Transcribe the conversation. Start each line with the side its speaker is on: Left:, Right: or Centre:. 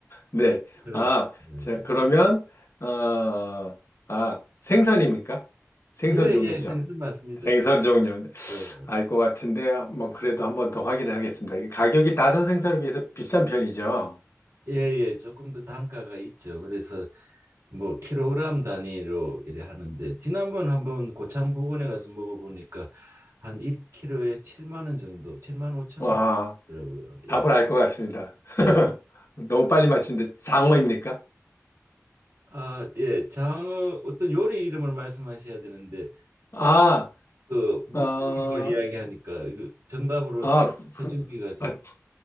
Left: 네.
Right: 그, 그런
Left: 아,
Right: 거. 예,
Left: 자, 그러면, 어, 아, 생선입니까? 생선
Right: 예,
Left: 종류죠.
Right: 예, 예, 생선 맞습니다.
Left: 생선 종류는
Right: 예,
Left: 알 것 같은데 뭐 그래도 한번 더 확인을 하겠습니다. 이게 가격이 다른 생선에 비해서 비싼 편이죠.
Right: 예, 예, 조금 더 단가가 있죠. 그래서 뭐 킬로그램 단위로 이래 하는데 지난번 한번 고창 부근에 가서 먹어보니까 한 1kg에 7만 원 정도, 7만 5천
Left: 와,
Right: 원이더라고요.
Left: 답을
Right: 예.
Left: 알 것 같습니다. <laughs>
Right: 네.
Left: 너무 빨리 맞추는데 장어입니까?
Right: 아, 예. 장어 어떤 요리 이름을 말씀하셔야 되는데
Left: 아,
Right: 그 물고기
Left: 어,
Right: 이름을 이야기하니까 이거 정답으로
Left: 아,
Right: 쳐주기가
Left: 그,
Right: 좀
Left: 아, 자-